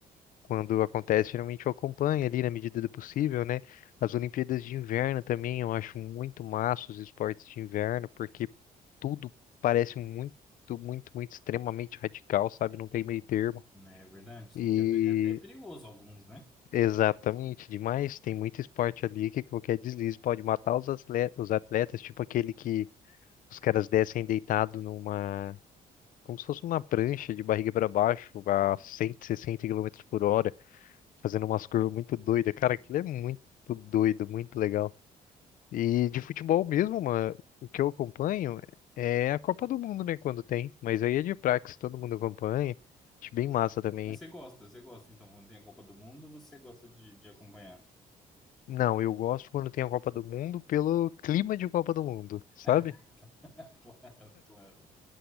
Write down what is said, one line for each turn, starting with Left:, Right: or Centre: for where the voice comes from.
Left: quando acontece, geralmente eu acompanho ali na medida do possível, né? As Olimpíadas de Inverno também, eu acho muito massa os esportes de inverno, porque tudo parece muito, muito, muito extremamente radical, sabe? Não tem meio termo.
Centre: É verdade,
Left: e
Centre: tem que é até, é até perigoso alguns, né?
Left: Exatamente, demais. Tem muito esporte ali que qualquer deslize pode matar os atle- os atletas, tipo aquele que os caras descem deitado numa, como se fosse uma prancha de barriga para baixo a 160 km por hora, fazendo umas curvas muito doidas. Cara, aquilo é muito doido, muito legal. E de futebol mesmo, mano, o que eu acompanho é a Copa do Mundo, né, quando tem, mas aí é de praxe, todo mundo acompanha. Acho bem massa também.
Centre: Mas você gosta, você gosta, então, quando tem a Copa do Mundo, você gosta de, de acompanhar.
Left: Não, eu gosto quando tem a Copa do Mundo pelo clima de Copa do Mundo, sabe?
Centre: <laughs> Claro, claro.